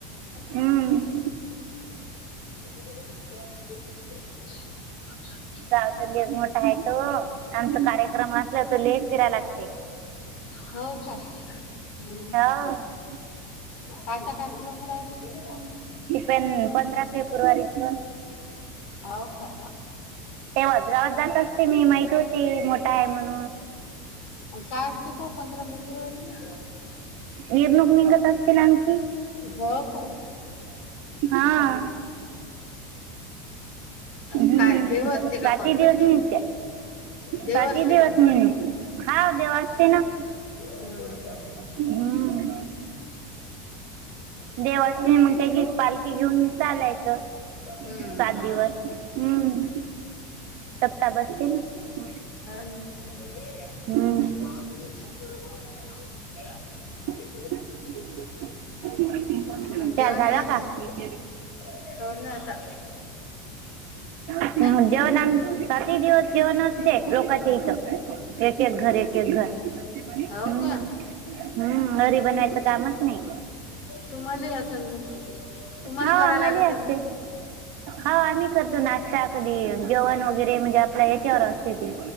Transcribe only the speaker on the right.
हम्म.
गावचा लेक मोठा आहे तो आमचा कार्यक्रम असला तर लय फिरायला लाग
हो.
ते पण पंधरा फेब्रुवारीच
तेव्हाच गावात जात असते मी माहित होती मोठा आहे म्हणून.
निवडणूक निघत असते ना आमची <unintelligible>
हा.
हू
प्राती
दिवस नेत्या
पाचही
दिवसनी
<unintelligible> नू हा देव असते ना.
हं. देव असतो <unintelligible> म्हणत की पाल ते घेऊन चालायचं
सात दिवस हम्म. सत्ता बसतेन <unintelligible>
हं. <unintelligible>
चहा झाला
का? <unintelligible>
जेवना,
आम सातही दिवस जेवनच. लोकाची इथं. एकेक घर एकेक घर. हम्म
हम्म घरी बनवायचं कामच नाही.
हा
आम्हालाही
असते.
हा आम्ही करतो नाश्ता कधी जेवण वगैरे म्हणजे आपल्या याच्यावर असते ते.